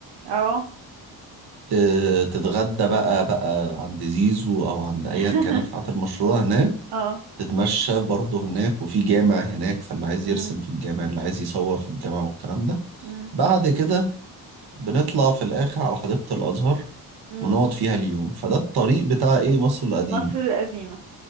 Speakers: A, on the right; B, on the right.
A: اه
B: ت- تتغدى بقى بقى عند زيزو أو عند أيا
A: <laughs>
B: كان الحاجات المشهورة هناك
A: اه
B: تتمشى برضه هناك وفي جامع هناك فاللي عايز
A: مم،
B: يرسم في الجامع اللي عايز يصور في الجامع والكلام ده
A: مم،
B: بعد كده بنطلع في الآخر على حديقة الأزهر
A: مم.
B: ونقعد فيها اليوم فده الطريق بتاع إيه مصر القديمة
A: مصر القديمة